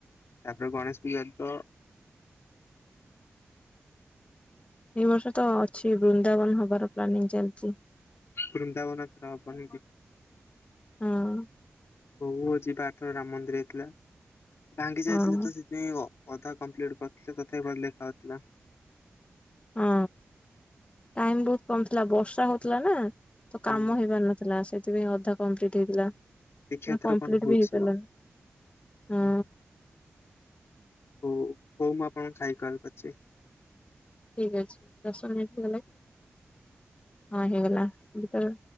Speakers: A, on the left; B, on the left.
A: ତାପ୍ରେ ଗଣେଶ୍ ପୂଜା ତ
B: ଏ ବର୍ଷ ତ ଅଛି ବୃନ୍ଦାବନ୍ ହବାର ପ୍ଲାନିଂ ଚାଲ୍ଚି।
A: ବୃନ୍ଦାବନ ରହ କହିବି।
B: ହୁଁ।
A: ହଉ ଆଜି ବାର ଥର ରାମ୍ ମନ୍ଦିର ହେଇଥିଲା। ଭାଙ୍ଗି
B: ହଁ।
A: ଯାଇଥିଲେ ତ ପିଇଓ ଅଧା କମ୍ପ୍ଲିଟ କରଥିଲେ ତଥା ବି ଭଲ୍ ଲେଖାଉଥିଲା।
B: ହଁ ଟାଇମ୍ ବୋହୁତ୍ କମ୍ ଥିଲା ବର୍ଷା ହଉଥିଲା ନା। ତ କାମ
A: ହଁ
B: ହେଇପାର୍ ନଥିଲା ସେଥିପାଇଁ ଅଧା କମ୍ପ୍ଲିଟ୍ ହେଇଥିଲା।
A: ଦେଖିବା
B: ନାଁ
A: ଏଥର
B: କମ୍ପ୍ଲିଟ୍
A: କଣ ହଉଛି
B: ବି ହେଇପାର୍ଲାନି
A: ଆଉ।
B: ହୁଁ।
A: ହଉ ହଉ ମୁଁ ଆପଣଙ୍କୁ ଖାଇକି କଲ୍ କରୁଚି।
B: ଠିକ ଅଛି ଦଶମିନିଟ୍ ହେଇ ଗଲା କି ହଁ ହେଇଗଲା ଯେତଳେ